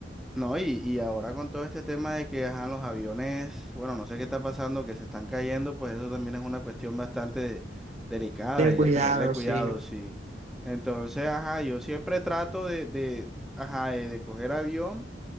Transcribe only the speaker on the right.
de
cuidado,
sí.